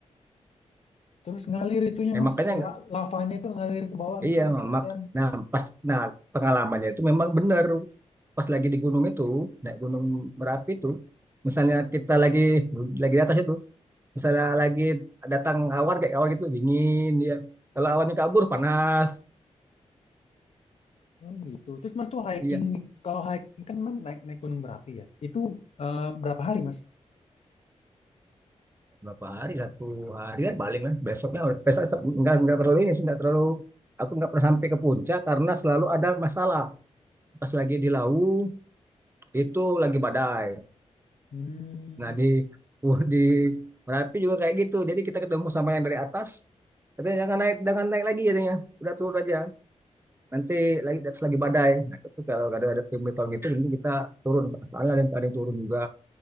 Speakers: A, on the left; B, on the right.
A: Terus ngalir itunya
B: Eh,
A: mas,
B: makanya
A: la- lavanya itu ngalir ke bawah
B: Iya,
A: gitu mas kelihatan.
B: mak. Nah, pas nah pengalamannya itu memang benar. Pas lagi di gunung itu, naik gunung Merapi itu, misalnya kita lagi lagi di atas itu, misalnya lagi datang awan kayak awan gitu dingin dia. Kalau awannya kabur panas.
A: Oh gitu. Terus mas tuh hiking,
B: Iya,
A: kalau hiking kan mas naik naik gunung berapi ya. Itu eh, berapa hari mas?
B: berapa hari? Satu hari kan paling lah. Besoknya besok, besok nggak enggak terlalu ini sih, enggak terlalu aku nggak pernah sampai ke puncak karena selalu ada masalah. Pas lagi di Lawu itu lagi badai.
A: Hmm.
B: Nah di <laughs> di Merapi juga kayak gitu. Jadi kita ketemu sama yang dari atas. Katanya jangan naik, jangan naik lagi katanya. Udah turun aja. Nanti lagi atas lagi badai. Nah, itu kalau ada ada pemberitahuan gitu, nanti kita turun. Pastilah dan ada yang turun juga.